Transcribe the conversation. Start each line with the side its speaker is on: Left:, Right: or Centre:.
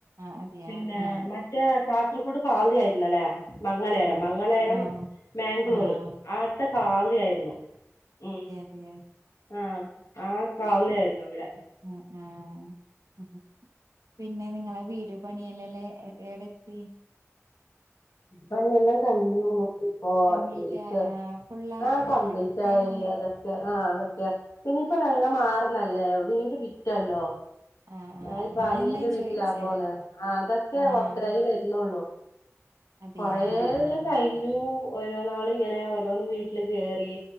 Right: ആഹ് അതെയാ
Left: പിന്നെ
Right: ആഹ്
Left: മറ്റേ കാസർഗോട് ഖാള്ളി ആയിരുന്നല്ലേ മങ്ങലേരം
Right: ആഹ്
Left: മങ്ങലേരം.
Right: ആഹ്
Left: മാംഗ്ലൂർ
Right: ആഹ്
Left: അവിടത്തഖാളളി ആയിരുന്നു മം
Right: പിന്നെ
Left: ആഹ് ആ ഖാളളി ആയിരുന്നു ഇവിടെ.
Right: ആഹ് ആഹ് പിന്നെ നിങ്ങളെ വീട് പണിയല്ലല്ലേ എടെ എത്തി
Left: പണിയെല്ലാം കഴിഞ്ഞു ഇപ്പോ <unintelligible>
Right: കംപ്ലീറ്റ് ആഹ് ഫുള്ള്
Left: ആഹ കംപ്ലീറ്റ്
Right: എല്ലാം കഴിഞ്ഞോ
Left: ആയി അത് ആഹ് അതൊക്കെ പിന്നയിപ്പോ ഞങ്ങ മാറന്നല്ലേ വീട് വിറ്റല്ലോ
Right: ആഹ്
Left: ഞാന
Right: ആഹ്
Left: ഇപ്പോ
Right: അതന്നെ
Left: അനിയന്റെ വീട്ടിലാ
Right: ചോയിച്ചേ
Left: പോന്ന അതൊക്കെ
Right: ആഹ്
Left: ഒത്രായി വരുന്നുള്ളൂ
Right: അതെയാ
Left: കൊറേലക്കയി
Right: ആഹ്
Left: യൂ ഓരോ നാള ഇങ്ങനെ ഓരോന്ന് വീട്ടിൽ കേറി